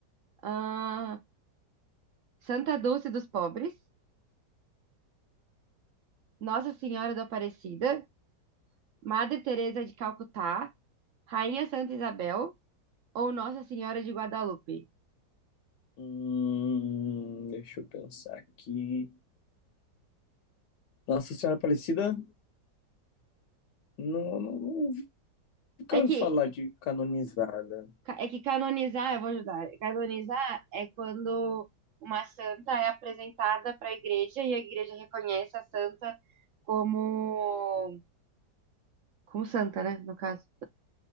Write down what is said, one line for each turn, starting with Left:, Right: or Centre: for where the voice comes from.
Right: Ah. Santa Dulce dos Pobres, Nossa Senhora da Aparecida, Madre Teresa de Calcutá, Rainha Santa Isabel ou Nossa Senhora de Guadalupe.
Left: Hum, deixa eu pensar aqui. Nossa Senhora Aparecida, não, não, não- nunca
Right: É que
Left: ouvi falar de canonizada.
Right: é que canonizar, eu vou ajudar. Canonizar é quando uma santa é apresentada para a igreja e a igreja reconhece a santa como como santa, né, no caso.